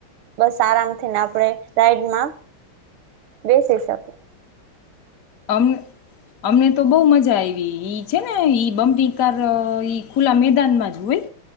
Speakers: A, on the right; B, on the left.
A: બસ આરામથીને આપણે રાઈડમાં બેસી શકે
B: અ અમને તો બહુ મજા આઈવી ઈ છે ને ઈ બમ્પિંગ કાર ઈ ખુલ્લા મેદાનમાં જ હોય